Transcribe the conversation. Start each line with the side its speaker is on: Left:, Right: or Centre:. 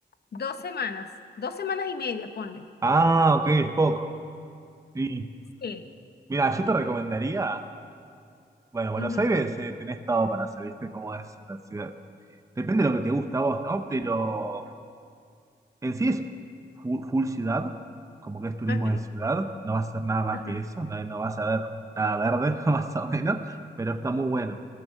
Left: dos semanas, dos semanas y media, ponle.
Right: Ah, ok, es poco. Y
Left: Sí.
Right: mira, yo te recomendaría. Bueno, Buenos
Left: Ujú,
Right: Aires eh, tenés todo para hacer, ¿viste cómo es la ciudad? Depende de lo que te gusta a vos, ¿no? Pero en sí es fu- full, ciudad, como que es turismo
Left: Ok.
Right: de ciudad, no vas a hacer nada más
Left: Ajá.
Right: que eso, no, no vas a ver nada verde, <laughs> más o menos, pero está muy bueno.